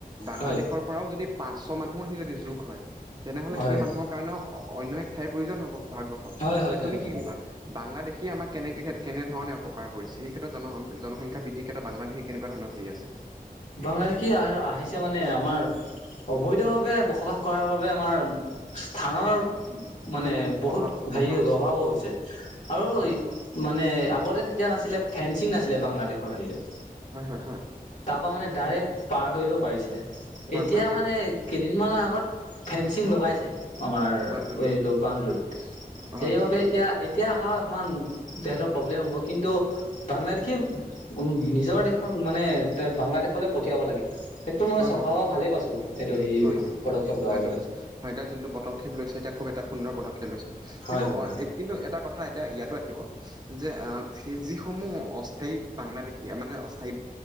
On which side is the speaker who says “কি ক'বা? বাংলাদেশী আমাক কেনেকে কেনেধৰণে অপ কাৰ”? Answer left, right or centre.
Right